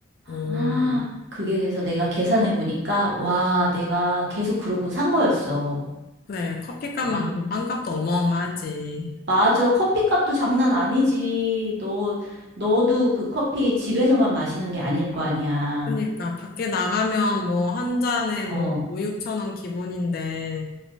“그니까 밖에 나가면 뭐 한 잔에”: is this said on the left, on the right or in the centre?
Left